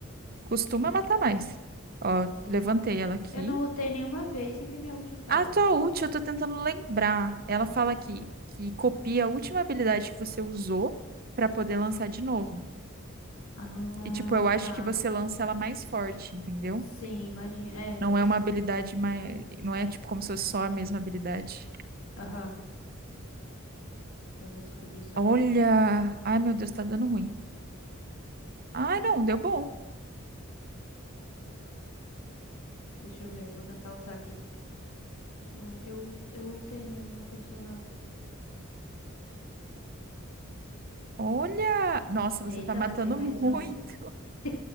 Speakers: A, on the right (about 45°); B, on the left (about 90°).
A: Costuma matar mais. Ó,
B: Entendi.
A: levantei ela aqui.
B: Eu não ultei nenhuma vez. O que que minha ult faz?
A: A tua ult, eu tô tentando lembrar. Ela fala aqui que copia a última habilidade que você usou pra poder lançar de novo.
B: Ah,
A: E, tipo, eu acho
B: tá.
A: que você lança ela mais forte, entendeu?
B: Sim, imagina. É, deve
A: Não é
B: ser.
A: uma habilidade mais. Não é, tipo, como se fosse só a mesma habilidade.
B: Aham, eu vou descobrir isso
A: Olha!
B: agora.
A: Ai, meu Deus, tá dando ruim. Ai, não, deu bom.
B: Deixa eu ver, vou tentar ultar aqui. Ah, eu, ult- eu ultei, mas não aconteceu nada.
A: Olha! Nossa, você
B: Eita,
A: tá matando
B: matei mais
A: muito.
B: um. <laughs>